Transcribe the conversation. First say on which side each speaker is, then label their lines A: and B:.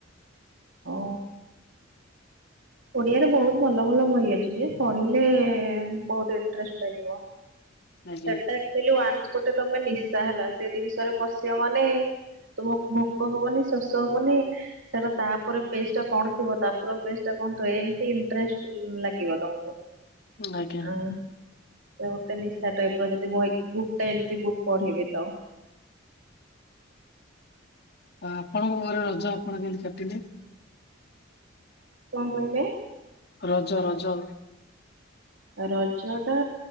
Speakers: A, on the right (about 65°); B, on the left (about 55°).
A: ହଉ। ଓଡିଆରେ ବହୁତ୍ ଭଲ-ଭଲ ବହି ଅଛି ଯେ, ପଢିଲେ ବହୁତ୍ ଇଣ୍ଟରେଷ୍ଟ ଲାଗିବ।
B: ଆଜ୍ଞା।
A: ସେଟା ଆକଚୁଆଲି ୱାନ୍ସ ଗୋଟେ ତମେ ନିଶା ହେଲା ସେ ଜିନିଷରେ ପଶିବ ମାନେ ତୁମକୁ ଭୋକ ହବନି ଶୋଷ ହବନି ସେଟା ତାପରେ ପେଜ୍ ଟା କଣ ଥିବ ତାପରେ ପେଜ୍ ଟା କଣ ଥିବ ଏମିତି ଇଣ୍ଟରେଷ୍ଟ ଲାଗିବ ତମକୁ।
B: ଆଜ୍ଞା
A: ଆ ସେ ଗୋଟେ ନିଶା ବୁକ୍ ଟାଇପ୍ ର ଯଦି ବହିକୁ ବୁକ୍ ଟା ଏମିତି ବୁକ୍ ପଢିବେ ତ
B: ଆ ଆପଣଙ୍କ ଘରେ ରଜ ଆପଣ କେମିତି କାଟିଲେ?
A: କଣ କହିଲେ?
B: ରଜ ରଜ
A: ରଜ ଟା